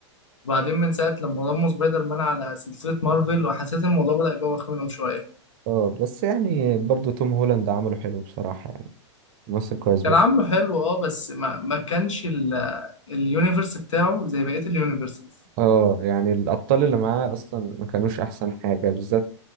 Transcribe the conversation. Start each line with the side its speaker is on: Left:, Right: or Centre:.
Left: وبعدين من ساعة لما ضموا سبايدر مان على سلسلة مارفل وحسيت إن الموضوع بدأ يبوخ منهم شوية
Right: اه بس يعني برضو توم هولاند عمله حلو بصراحة يعني ممثل كويس برضه
Left: كان عامله حلو اه بس ما, ما كانش ال- اليونيفرس بتاعه زي بقية اليونيفرسز
Right: اه يعني الأبطال اللي معاه أصلا ما كانوش أحسن حاجة بالذات